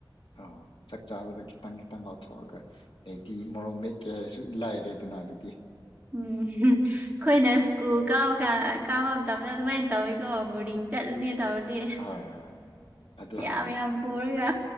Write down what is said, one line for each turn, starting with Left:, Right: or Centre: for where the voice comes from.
Left: ꯑ ꯆꯥꯛ ꯆꯥꯕꯗ ꯈꯤꯇꯪ ꯈꯤꯇꯪ ꯂꯥꯎꯊꯣꯛꯑꯒ ꯍꯥꯏꯗꯤ ꯃꯣꯔꯣꯛ ꯃꯦꯠꯀꯦ ꯍꯥꯏꯁꯨ ꯂꯥꯏꯔꯦꯗꯅ ꯑꯗꯨꯗꯤ
Right: ꯎꯝ ꯑꯩꯈꯣꯏꯅ ꯁ꯭ꯀꯨꯜ ꯀꯥꯕ ꯀꯥꯟ ꯀꯥꯕ ꯃꯇꯝꯗ ꯑꯗꯨꯃꯥꯏꯅ ꯇꯧꯋꯤꯀꯣ ꯕꯣꯔꯗꯤꯡ ꯆꯠꯂꯅꯤ ꯇꯧꯔꯗꯤ
Left: ꯍꯣꯏ ꯍꯣꯏ ꯑꯗꯨ
Right: ꯌꯥꯝ
Left: ꯍꯥꯎꯋꯦ
Right: ꯌꯥꯝ ꯄꯨꯔꯒ